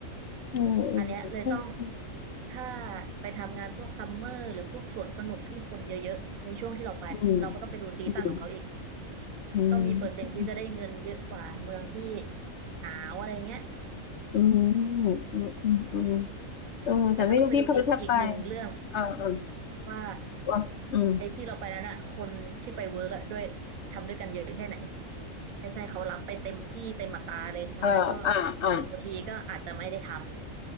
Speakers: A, on the left; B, on the right.
A: เออเออใช่ใช่
B: อันเนี้ยเลยต้องถ้าไปทำงานพวกซัมเมอร์หรือพวกสวนสนุกที่คนเยอะๆในช่วงที่เราไปเราก็ต้องไปดูซีซั่นของเขาอีก
A: อืมอืมอืมอืม
B: ก็มีเปอร์เซ็นต์ที่จะได้เงินเยอะกว่าเมืองที่หนาวอะไรเงี้ย
A: อืมอืมอืมเออแต่ไม่รู้พี่เพิร์ทถ้าไป
B: แต่ก็ต้องไปดูอีกอีกหนึ่งเรื่อง
A: อ่าอ่า
B: ว่า
A: ว่าอืม
B: ไอ้ที่เราไปนั้นอะคนที่ไปเวิร์กอะด้วยทำด้วยกันเยอะแค่ไหน ไม่ใช่เขารับไปเต็มที่เต็มอัตราเลยดังนั้นก็
A: เอออ่าอ่า
B: โอทีก็อาจจะไม่ได้ทำ